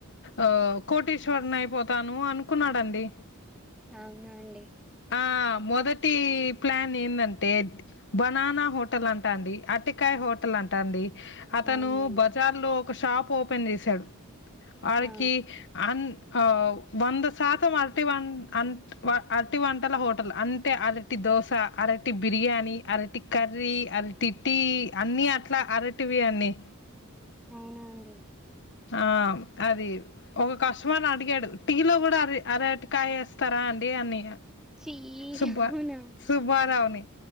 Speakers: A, on the left; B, in the centre.
A: ఆ కోటేశ్వర్ని అయిపోతాను అనుకున్నాడంండి
B: అవునా అండి
A: ఆ మొదటి ప్లాన్ ఏందంటే బనానా హోటల్ అంటా అండి అటికాయ హోటల్ అంటా అండి అతను
B: అవునండి
A: బజార్ లో ఒక షాప్ ఓపెన్ చేశాడు వాడికి
B: ఆ
A: అన్ ఆ వంద శాతం అరటి వన్ అ అరటి వంటల హోటల్ అంటే అరటి దోశ అరటి బిర్యానీ అరటి కర్రీ అరటి టీ అన్నీ అట్లా అరటివి అన్నీ
B: అవునా అండి
A: ఆ అది ఒక కష్టమర్ ని అడిగాడు టీ లో కూడా అర అరటికాయ వేస్తారా అండి అన్ని
B: చీ
A: సుబ్బ
B: అవునా
A: సుబ్బారవని